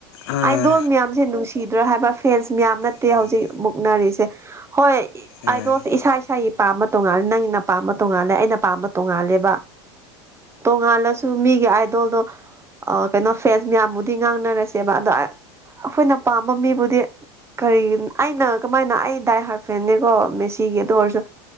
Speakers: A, on the left; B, on the right.
A: ꯑꯥ
B: ꯑꯥꯏꯗꯣꯟꯜ ꯃꯌꯥꯝꯁꯦ ꯅꯨꯡꯁꯤ ꯁꯤꯗ꯭ꯔꯥ ꯍꯥꯏꯕ ꯐꯦꯟꯁ ꯃꯌꯥꯝ ꯅꯠꯇꯦ
A: ꯎꯝ
B: ꯍꯧꯖꯤꯛ ꯃꯨꯛꯅꯔꯤꯁꯦ ꯍꯣꯏ
A: ꯑꯁ
B: ꯑꯩꯗꯣꯁ ꯏꯁꯥ ꯏꯁꯥꯒꯤ ꯄꯥꯝꯕ ꯇꯣꯉꯥꯜꯂꯦ ꯅꯪꯅ ꯄꯥꯝꯕ ꯇꯣꯉꯥꯜꯂꯦ ꯑꯩꯅ ꯄꯥꯝꯕ ꯇꯣꯉꯥꯜꯂꯦꯕ ꯇꯣꯉꯥꯜꯂꯁꯨ ꯃꯤꯒꯤ ꯑꯥꯏꯗꯣꯜꯗꯣ ꯀꯩꯅꯣ ꯐꯦꯟꯁ ꯃꯌꯥꯝꯕꯨꯗꯤ ꯉꯥꯡꯅꯔꯁꯦꯕ ꯑꯗꯣ ꯑꯩꯈꯣꯏꯅ ꯄꯥꯝꯕ ꯃꯤꯕꯨꯗꯤ ꯀꯔꯤ ꯑꯩꯅ ꯀꯃꯥꯏꯅ ꯑꯩ ꯗꯥꯏ ꯍꯥꯔꯐꯦꯡꯅꯤꯀꯣ ꯃꯦꯁꯤꯒꯤ ꯑꯗꯨ ꯑꯣꯏꯔꯁꯨ